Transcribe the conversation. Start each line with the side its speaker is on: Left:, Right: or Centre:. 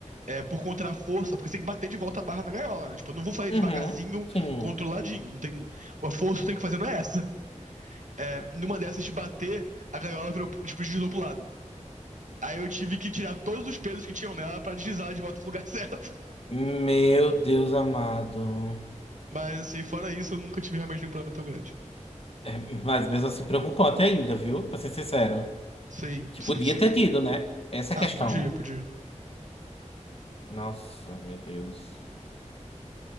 Right: é por conta da força, porque você tem que bater de volta a barra na gaiola, né? Tipo, eu não vou fazer
Left: Uhum,
Right: devagarzinho,
Left: sim.
Right: controladinho. Não tem, a força que eu tenho que fazer não é essa. É, numa dessas de bater, a gaiola virou, pro- tipo, deslizou pro lado. Aí eu tive que tirar todos os pesos que tinham nela pra deslizar ela de volta pro lugar <laughs> certo.
Left: Meu Deus amado.
Right: Mas, assim, fora isso, eu nunca tive realmente nenhum problema tão grande.
Left: É, mas mesmo assim preocupante ainda, viu? Pra ser sincero.
Right: Sim,
Left: Que
Right: sim,
Left: podia
Right: sim.
Left: ter tido, né? Essa
Right: Ah,
Left: é a questão.
Right: podia, podia.
Left: Nossa, meu Deus.